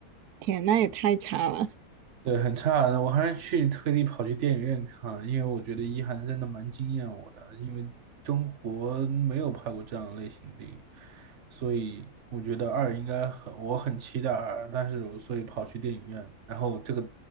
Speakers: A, on the right (about 85°); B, on the right (about 55°).
A: 天，那也太差了。
B: <laughs> 对，很差。的，我还是去特地跑去电影院看了，因为我觉得一涵真的蛮惊艳我的，因为中国没有拍过这样的类型的电影，所以我觉得二应该很，我很期待二，但是我所以跑去电影院，然后这个